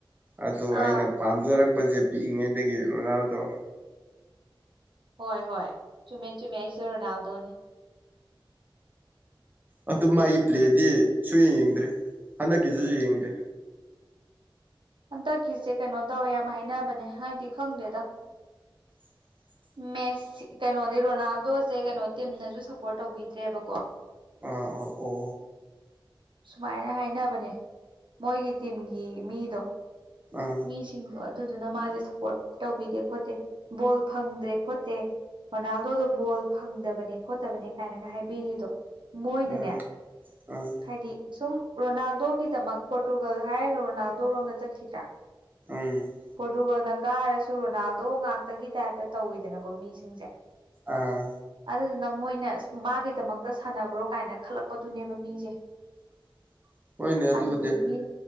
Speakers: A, on the right; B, on the right.
A: ꯑꯗꯣ ꯑꯩꯅ
B: ꯑꯥ
A: ꯄꯥꯝꯖꯔꯛꯄꯖꯦ ꯄꯤꯛꯏꯉꯩꯗꯒꯤ ꯔꯣꯅꯥꯜꯗꯣ꯫
B: ꯍꯣꯏ ꯍꯣꯏ ꯆꯨꯝꯃꯦ ꯆꯨꯝꯃꯦ ꯑꯩꯁꯨ ꯔꯣꯅꯥꯜꯗꯣꯅꯦ꯫
A: ꯑꯗꯨ ꯃꯥꯒꯤ ꯄ꯭ꯂꯦꯗꯤ ꯁꯨꯌꯦꯡ ꯌꯦꯡꯗ꯭ꯔꯦ ꯍꯟꯗꯛꯀꯤꯁꯤꯁꯨ ꯌꯦꯡꯗꯦ꯫
B: ꯍꯟꯗꯛꯀꯤꯁꯦ ꯀꯩꯅꯣ ꯇꯧꯋꯦ ꯌꯥꯝ ꯍꯥꯏꯅꯕꯅꯦ ꯍꯥꯏꯗꯤ ꯈꯪꯗꯦꯗ꯫
A: <inaudible>
B: ꯃꯦꯁ ꯀꯩꯅꯣꯗꯤ ꯔꯣꯅꯥꯜꯗꯣꯁꯦ ꯀꯩꯅꯣ ꯇꯤꯝꯅꯁꯨ ꯁꯞꯄꯣꯔꯠ ꯇꯧꯕꯤꯗ꯭ꯔꯦꯕꯀꯣ꯫
A: ꯑ ꯑ ꯑꯣ
B: ꯁꯨꯃꯥꯏꯅ ꯍꯥꯏꯅꯕꯅꯦ ꯃꯣꯏꯒꯤ ꯇꯤꯝꯒꯤ ꯃꯤꯗꯣ
A: ꯑ
B: ꯃꯤꯁꯤꯡꯗꯣ ꯑꯗꯨꯗꯨꯅ ꯃꯥꯁꯦ ꯁꯞꯄꯣꯔꯠ ꯇꯧꯕꯤꯗꯦ ꯈꯣꯠꯇꯦ ꯕꯣꯜ ꯐꯪꯗ꯭ꯔꯦ ꯈꯣꯠꯇꯦ꯫ ꯔꯣꯅꯥꯜꯗꯣꯗꯣ ꯕꯣꯜ ꯐꯪꯗꯕꯅꯦ ꯈꯣꯠꯇꯕꯅꯦ ꯀꯥꯏꯅꯒ ꯍꯥꯏꯕꯤꯔꯤꯗꯣ꯫ ꯃꯣꯏꯅꯅꯦ
A: ꯑꯥ ꯑꯥ
B: ꯍꯥꯏꯗꯤ ꯁꯨꯝ ꯔꯣꯅꯥꯜꯗꯣꯒꯤꯗꯃꯛ ꯄꯣꯔꯇꯨꯒꯜ ꯍꯥꯏꯔꯒ ꯔꯣꯅꯥꯜꯗꯣ ꯔꯣꯝꯗ ꯆꯠꯈꯤꯗ꯭ꯔꯥ
A: ꯎꯝ
B: ꯄꯣꯔꯇꯨꯒꯜꯅ ꯀꯥꯔꯁꯨ ꯔꯣꯅꯥꯜꯗꯣ ꯉꯥꯛꯇꯒꯤ ꯇꯥꯏꯞꯇ ꯇꯧꯋꯤꯗꯅꯀꯣ ꯃꯤꯁꯤꯡꯁꯦ꯫
A: ꯑꯥ
B: ꯑꯗꯨꯗꯨꯅ ꯃꯣꯏꯅ ꯃꯥꯒꯤꯗꯃꯛꯇ ꯁꯥꯟꯅꯕ꯭ꯔꯣ ꯀꯥꯏꯅ ꯈꯜꯂꯛꯄꯗꯨꯅꯦꯕ ꯃꯤꯁꯦ꯫
A: <inaudible> ꯍꯣꯏꯅꯦ ꯑꯗꯨꯕꯨꯗꯤ
B: ꯑꯗꯨꯗꯨꯒꯤ